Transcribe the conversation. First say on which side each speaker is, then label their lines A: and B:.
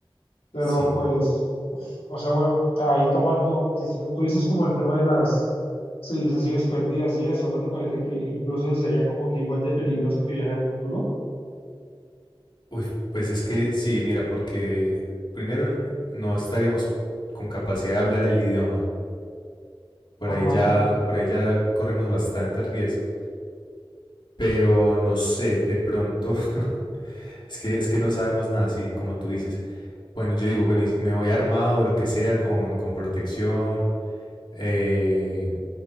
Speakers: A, on the left (about 80°); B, on the left (about 55°).
A: Pero
B: Sí.
A: pues, o sea, bueno, ahí tomando, tú dices como el tema de las civilizaciones perdidas y eso, ¿no te parece que incluso eso sería como que igual de peligroso que viajar al futuro?
B: Uy, pues es que sí, mira, porque primero n- no estaríamos con capacidad de hablar el idioma. Por
A: Ajá,
B: ahí ya, por ahí ya corremos bastante riesgo. Pero no sé, de pronto, <laughs> es que, es que no sabemos nada, sí, como tú dices. Bueno, yo digo, bueno, y me voy armado, lo que sea, con, con protección, eh,